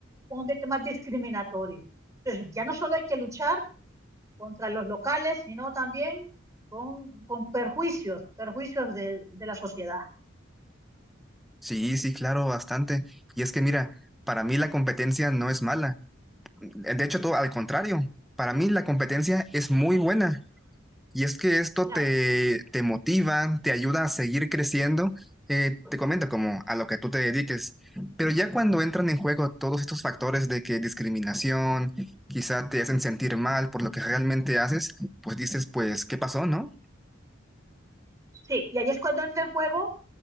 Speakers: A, on the right; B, in the centre.
A: un ambiente más discriminatorio. Entonces, ya no solo hay que luchar contra los locales, sino también con, con perjuicios, perjuicios de, de, la sociedad.
B: Sí, sí, claro, bastante. Y es que mira, para mí la competencia no es mala. De hecho, todo al contrario. Para mí la competencia es muy buena. Y es que esto
A: Claro.
B: te, te motiva, te ayuda a seguir creciendo. eh, te comento como a lo que tú te dediques. Pero ya cuando entran en juego todos estos factores de que discriminación, quizá te hacen sentir mal por lo que realmente haces, pues dices, pues, ¿qué pasó, no?
A: Sí, y ahí es cuando entra en juego